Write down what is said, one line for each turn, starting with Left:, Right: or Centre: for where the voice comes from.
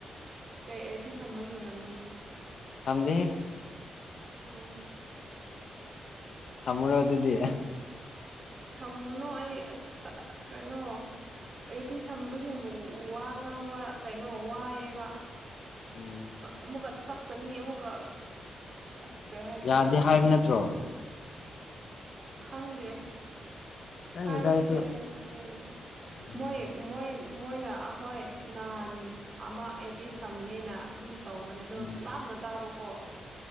Right: ꯀꯩ ꯑꯦꯔꯄꯤꯁ ꯊꯝꯕꯒꯤ ꯑꯣꯏꯔꯝꯅꯤ
Left: ꯇꯝꯗꯤ
Right: ꯑꯣ
Left: ꯊꯝꯃꯨꯔꯣ ꯑꯗꯨꯗꯤ
Right: ꯊꯝꯃꯨꯅꯣ ꯑꯩ ꯑꯁ ꯀꯩꯅꯣ ꯢꯌꯔꯄꯤꯁ ꯁꯝꯕꯁꯤꯡꯕꯨ ꯋꯥ ꯉꯥꯡꯕ ꯀꯩꯅꯣ ꯋꯥꯏꯌꯦꯕ
Left: ꯎꯝ
Right: ꯑꯃꯨꯛꯀ ꯆꯞꯀꯅꯤ ꯑꯃꯨꯛꯀ ꯑꯁ ꯀꯩ ꯍꯥꯏꯁꯤꯔ
Left: ꯌꯥꯗꯦ ꯍꯥꯏꯕ ꯅꯠꯇ꯭ꯔꯣ
Right: ꯈꯪꯗꯦ
Left: ꯈꯪꯗꯦꯗ
Right: ꯍꯥꯏꯔꯣꯏꯁꯦ
Left: ꯑꯩꯁꯨ
Right: ꯑꯗꯨ ꯑꯗꯨ ꯑꯣꯏꯔꯗꯤ
Left: ꯎꯝ
Right: ꯃꯣꯏ ꯃꯣꯏ ꯃꯣꯏꯅ ꯑꯩꯈꯣꯏ ꯅꯍꯥꯟ ꯑꯃ ꯑꯦꯄꯤꯁ ꯁꯝꯃꯦꯅ ꯑꯗꯨꯝ ꯇꯧꯕꯅꯦ ꯑꯗꯣ
Left: ꯎꯝ
Right: ꯂꯥꯞꯅ ꯇꯥꯕꯀꯣ